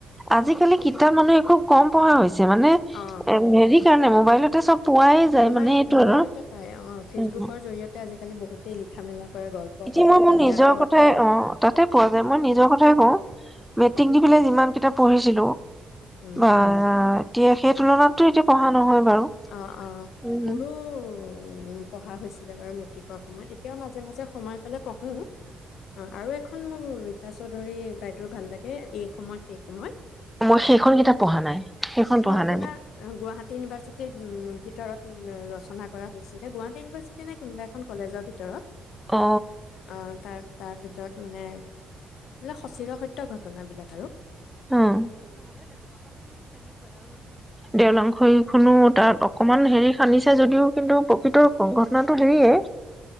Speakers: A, in the centre; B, on the left.
A: আজিকালি কিতাপ মানুহে খুব কম পোৱা হৈছে। মানে এ
B: অ
A: হেৰি কাৰণে মোৰ। মাইলতে চব পোৱাই যায়
B: মোবাইল
A: মানে এইটো
B: মোবাইলতে
A: আৰু
B: পাই অ', ফেচবুকৰ
A: উম,
B: জৰিয়তে বহুতে লিখা মেলা কৰে গল্প
A: এতিয়া
B: হওক
A: মই
B: উপন্যাস
A: মোৰ নিজৰ
B: হওক
A: কথাই অ', তাতে পোৱা যায় মই নিজৰ কথাই কওঁ। মেট্ৰিক দি পেলাই যিমান কিতাপ পঢ়িছিলো।
B: উম
A: বা এতিয়া সেই তুলনাতোটো এতিয়াতো পঢ়া নহয়। বাৰু।
B: অ', অ',
A: উম,
B: মোৰো। উম, পঢ়া হৈছিলে বাৰু মেট্ৰিকৰ সময়ত এতিয়াও মাজে মাজে সময়। মানে কো অ আৰু এখন মোৰ ৰীতা চৌধুৰী বাইদেউ ভাল লাগে এই সময় সেই সময়
A: মই সেইখন কিতাপ পঢ়া নাই সেইখন পঢ়া
B: আপোনাৰ
A: নাই মই
B: গুৱাহাটী ইউনিভাৰ্চিটিৰ উম ভিতৰত ৰচনা কৰা হৈছিলে গুৱাহাটী ইউনিভাৰ্চিটি নে কোনোবা এখন কলেজৰ ভিতৰত
A: অ
B: অ তাৰ তাৰ ভিতৰত মানে বোে সচিৰ সত্্য ঘটন বিলাক আৰু
A: উম, দেওলং হৈ শুনো তাত অকমান হেৰি ান্িছে যদিও কিন্তু প্ৰকৃতৰ ঘটনাটো হেৰিয়ে